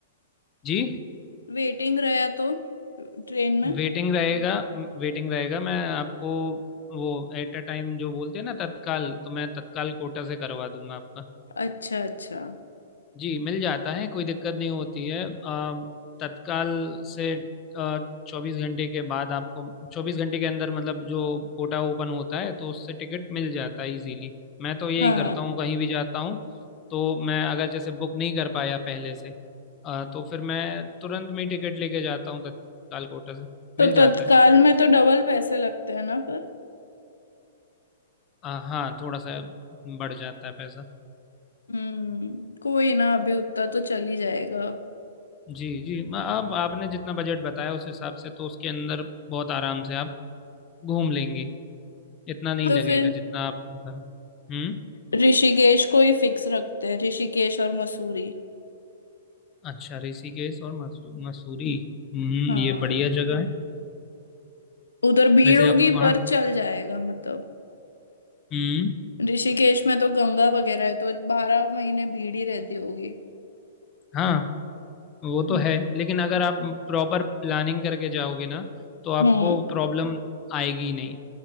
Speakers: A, on the left; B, on the left.
A: जी
B: वेटिंग रहा तो ट्रेन में
A: वेटिंग रहेगा वेटिंग रहेगा मैं आपको वो एट अ टाइम जो बोलते हैं ना तत्काल तो मैं तत्काल कोटा से करवा दूंगा आपका
B: अच्छा अच्छा
A: जी मिल जाता है कोई दिक्कत नहीं होती है अ, तत्काल से चौबीस घंटे के बाद आपको चौबीस घंटे के अंदर मतलब जो कोटा ओपन होता है तो उससे टिकट मिल जाता है इजीली मैं तो यही
B: हाँ
A: करता हूँ कहीं भी जाता हूँ तो मैं अगर जैसे बुक नहीं कर पाया पहले से अ, तो फिर मैं तुरंत में ही टिकट लेके जाता हूँ तत्काल कोटा से
B: तो
A: मिल जाता
B: तत्काल
A: है
B: में तो डबल पैसे लगते हैं ना पर
A: आ, हाँ थोड़ा सा बढ़ जाता है पैसा
B: हम्म कोई ना अभी उतना तो चल ही जाएगा
A: जी जी म- अब आपने जितना बजट बताया उस हिसाब से तो उसके अंदर बहुत आराम से आप घूम लेंगे इतना नहीं
B: तो
A: लगेगा
B: फिर
A: जितना आप बता- हम्म
B: ऋषिकेश को ही फिक्स रखते हैं ऋषिकेश और मसूरी
A: अच्छा ऋषिकेश और मसू, मसूरी हम्म
B: हाँ
A: ये बढ़िया जगह है
B: उधर भीड़
A: वैसे
B: होगी
A: आप वहाँ
B: पर चल जाएगा मतलब
A: हम्म
B: ऋषिकेश में तो गंगा वगैरह है तो बारह महीने भीड़ ही रहती होगी
A: हाँ वो तो
B: हम्म
A: है लेकिन अगर आप प्रॉपर प्लानिंग करके जाओगे ना तो आपको
B: हम्म
A: प्रॉब्लम आएगी नहीं